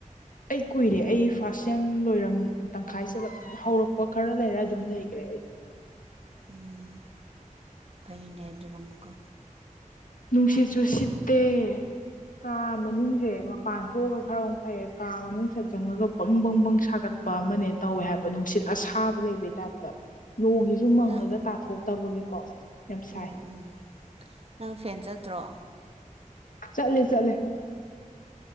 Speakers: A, on the left (about 75°); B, on the right (about 45°).
A: ꯑꯩ ꯀꯨꯏꯔꯦ ꯑꯩ ꯐꯥꯔꯁ ꯁꯦꯝ ꯂꯣꯏꯔꯝ ꯇꯪꯈꯥꯏ ꯆꯂꯛ ꯍꯧꯔꯛꯄ ꯈꯔ ꯂꯩꯔ ꯑꯗꯨꯝ ꯂꯩꯈ꯭ꯔꯦ ꯑꯩ
B: ꯎꯝ ꯐꯩꯅꯦ ꯑꯗꯨꯅ ꯑꯃꯨꯛꯀ
A: ꯅꯨꯡꯁꯤꯠꯁꯨ ꯁꯤꯠꯇꯦ ꯀꯥ ꯃꯅꯨꯡꯁꯦ ꯃꯄꯥꯟ ꯊꯣꯛꯑꯒ ꯈꯔ ꯑꯃꯨꯛ ꯐꯩꯌꯦ ꯀꯥ ꯃꯅꯨꯡꯁꯠ ꯆꯪꯉꯒ ꯕꯪ ꯕꯪ ꯕꯪ ꯁꯥꯒꯠ ꯄ ꯑꯃꯅꯦ ꯇꯧꯋꯦ ꯍꯥꯏꯕ ꯅꯨꯡꯁꯤꯠ ꯑꯁꯥꯕ ꯂꯩꯕꯩ ꯇꯥꯏꯞꯇ ꯅꯣꯡ ꯁꯨ ꯃꯪꯉꯒ
B: ꯅꯪ
A: ꯇꯥꯊꯣꯛꯇꯕꯒꯤꯀꯣ ꯌꯥꯝ ꯁꯥꯏ
B: ꯎꯝ ꯎꯝ ꯅꯪ ꯐꯦꯟ ꯆꯠꯇ꯭ꯔꯣ
A: ꯆꯠꯂꯦ ꯆꯠꯂꯦ